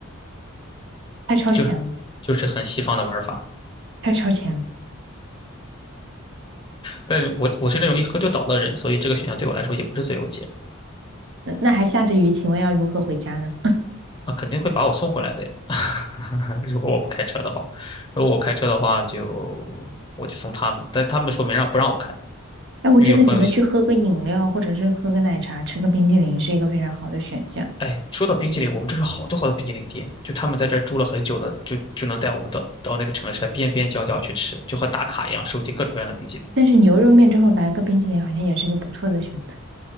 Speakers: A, on the right; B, on the left.
A: 太超前了，
B: 就是就是很西方的玩法。
A: 太超前了。
B: 但我我是那种一喝就倒的人，所以这个选项对我来说也不是最优解
A: 嗯那还下着雨，请问要如何回家呢？
B: 啊，肯定会把我送回来的呀。<laughs> 如果我不开车的话，如果我开车的话就我就送他们，但他们说没让不让我开，
A: 哎，我真的觉得去喝个饮料，
B: 因为有朋友喜，
A: 或者是喝个奶茶，吃个冰激凌是一个非常好的选项。
B: 哎，说到冰淇淋，我们这是好多好多冰淇淋店，就他们在这儿住了很久的，就就能带我们到到那个城市的边边角角去吃，就和打卡一样，收集各种各样的冰淇淋。
A: 但是牛肉面之后来个冰激凌，好像也是一个不错的选择，